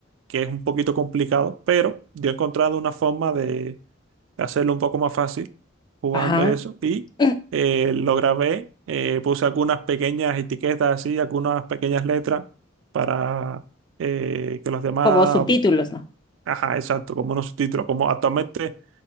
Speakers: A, on the right (about 75°); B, on the left (about 20°).
A: que es un poquito complicado, pero yo he encontrado una forma de hacerlo un poco más fácil jugando
B: Ajá.
A: eso y
B: <clears throat>
A: eh, lo grabé, eh, puse algunas pequeñas etiquetas así, algunas pequeñas letras para eh, que los demás
B: Como subtítulos, ¿no?
A: Ajá, exacto, como unos subtítulos. Como actualmente